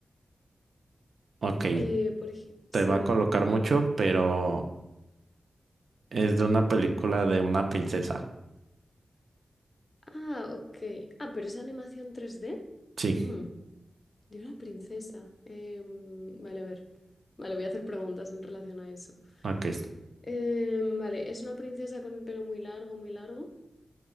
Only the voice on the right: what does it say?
ok,
te va a colocar mucho, pero es de una película de una princesa.
Sí,
ok.